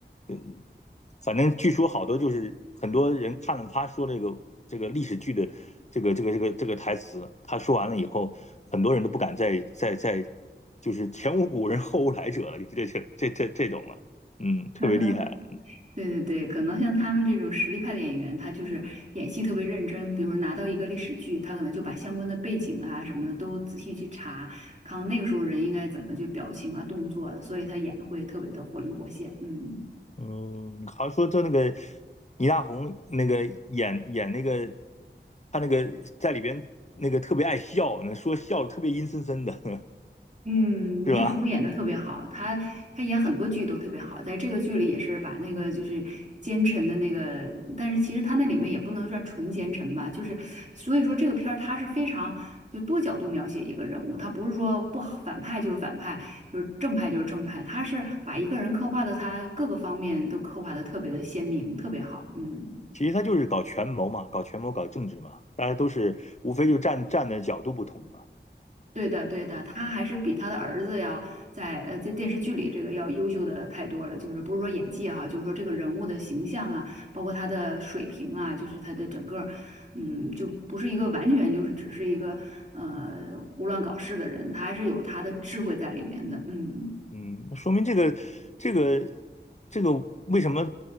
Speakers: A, on the left (about 40°); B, on the right (about 40°).
A: 嗯，反正据说好多就是很多人看了他说这个这个历史剧的这个这个这个这个台词，他说完了以后，很多人都不敢再再再就是前无古人后无来者了，这这这这这种了，嗯，特别厉害，
B: <laughs> 对对对，可能像他们这种实力派的演员，他就是演戏特别认真。比如说拿到一个历史剧，他可能就把相关的背景啊什么的都仔细去查，看看那个时候人应该怎么去表情啊、动作啊，所以他演得会特别的活灵活现。嗯。
A: 嗯，好像说就那个倪大红那个演演那个他那个在里边那个特别爱笑，说笑的特别阴森森的，<laughs>
B: 嗯，
A: 是吧？
B: 倪大红演的特别好，她她演很多剧都特别好，在这个剧里也是把那个就是奸臣的那个，但是其实她那里面也不能算纯奸臣吧，就是所以说这个片儿它是非常就多角度描写一个人物，它不是说不好反派就是反派，就是正派就是正派，它是把一个人刻画的他各个方面都刻画的特别的鲜明，特别好，嗯。
A: 其实他就是搞权谋嘛，搞权谋，搞政治嘛，大家都是无非就站站的角度不同嘛。
B: 对的，对的，他还是比他的儿子要在呃这电视剧里这个要优秀的太多了。就是不是说演技哈、就是说这个人物的形象啊，包括他的水平啊，就是他的整个，嗯，就不是一个完全就是只是一个呃胡乱搞事的人，他还是有他的智慧在里面的。嗯，
A: 嗯，说明这个这个这个为什么